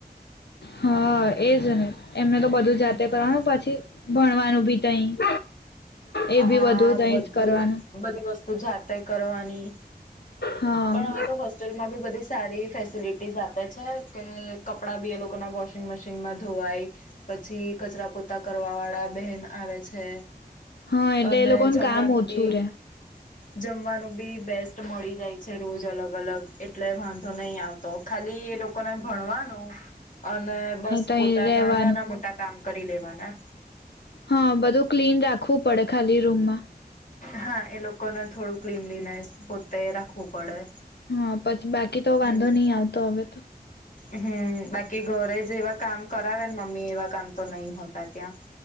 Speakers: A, on the left (about 85°); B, on the left (about 50°).
A: હા એજ ને એમને તો બધું જાતે
B: હમ
A: કરવાનું પછી ભણવાનું અભી તઈ એ બી
B: હા,
A: બધું તઈ
B: બધું
A: જ કરવાનું
B: બધી વસ્તુ જાતે કરવાની
A: હા
B: પણ હવે તો હોસ્ટેલ માં બી બધી સારી ફેસિલિટીઝ આપે છે, કે કપડા બી એ લોકો ના વોશિંગ મશીનમાં ધોવાય પછી કચરા પોતા કરવા વાળા બહેન આવે છે
A: હા, એટલે
B: અને
A: એ લોકોનું
B: જમવાનું
A: કામ ઓછું
B: બી
A: રે
B: જમવાનું બી બેસ્ટ મળી જાય છે, રોજ અલગ અલગ એટલે વાંધો નહી આવતો ખાલી એ લોકોને ભણવાનું અને બસ
A: તઈ
B: પોતાના
A: રેવાનું
B: -નાના મોટા કામ કરી લેવાના
A: હા બધું ક્લીન રાખવું પડે ખાલી રૂમમાં
B: હા, એ લોકોને થોડું ક્લીનલીનેસ પોતે રાખવું પડે
A: હા પછી બાકી કી તો વાંધો
B: એવું
A: નહી આવતો હવે તો
B: હમ, બાકી ઘરે જેવા કામ કરાવે ને મમ્મી એવા કામ તો નહી, હોતા ત્યાં